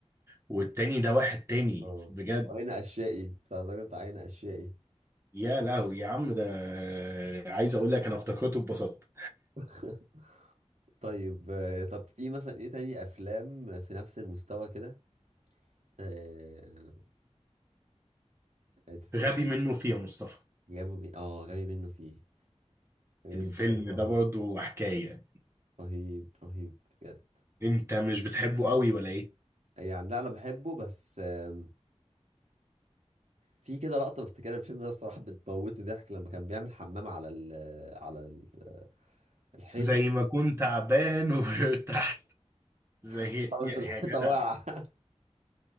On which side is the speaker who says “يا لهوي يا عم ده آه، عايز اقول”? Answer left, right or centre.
Right